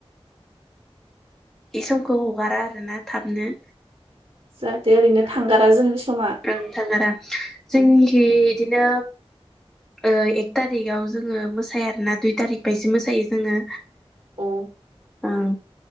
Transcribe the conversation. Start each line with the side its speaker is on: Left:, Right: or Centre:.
Centre: इस समखौ हगारा आरो ना थाबनो
Right: जाहाथे ओरैनो थांगारा जोंनि समा
Centre: ओं थांगारा जोंनिखि
Right: अ
Centre: इदिनो ओ एक तारिगाव जोङो मोसाया आरोना दुइ तारिग बायसो मोसायो जोङो।
Right: औ
Centre: ओं